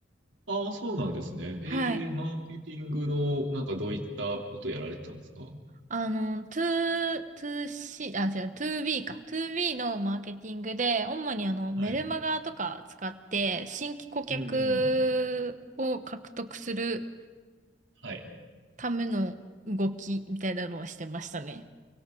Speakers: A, on the right (about 80°); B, on the right (about 40°).
A: ああ、そうなんですね。えー、
B: はい。
A: マーケティングの、なんかどういったことやられてたんですか
B: あの、2、2C、あ、違う、2B か。2B のマーケティングで、主にあの、メルマガとか使って、
A: はい。
B: 新規顧客を獲得する
A: うんうん。はい。
B: ための動きみたいなのをしてましたね。